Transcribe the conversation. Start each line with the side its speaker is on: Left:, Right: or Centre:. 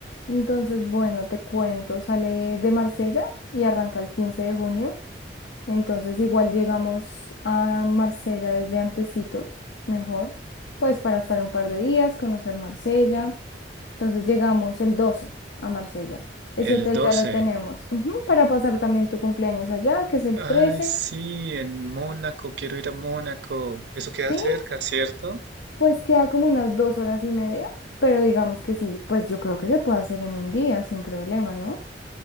Left: Entonces, bueno, te cuento, sale de Marsella y arranca el 15 de junio. Entonces, igual llegamos a Marsella desde antecitos, mejor, pues para estar un par de días, conocer Marsella. Entonces, llegamos el 12 a Marsella. Ese
Right: El
Left: hotel
Right: 12.
Left: ya lo tenemos, ujú, para pasar también tu cumpleaños allá, que es el
Right: Ay,
Left: trece
Right: sí, en Mónaco, quiero ir a Mónaco. Eso queda
Left: Sí,
Right: cerca, ¿cierto?
Left: pues queda como unas dos horas y media, pero digamos que sí, pues yo creo que se puede hacer en un día sin problema, ¿no?